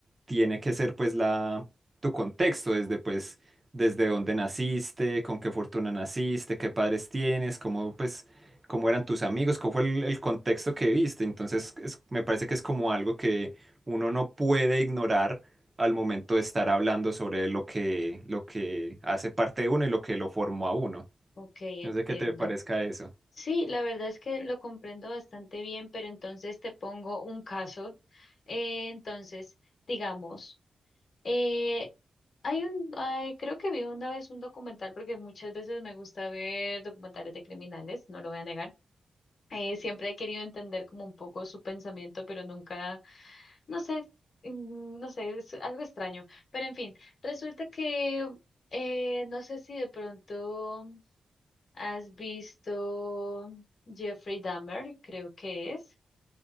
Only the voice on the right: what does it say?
tiene que ser pues la, tu contexto, desde pues desde dónde naciste, con qué fortuna naciste, qué padres tienes, cómo, pues, cómo eran tus amigos, cómo fue el, el contexto que viste. Entonces, es- me parece que es como algo que uno no puede ignorar al momento de estar hablando sobre lo que, lo que hace parte de uno y lo que lo formó a uno.
No sé qué te parezca eso.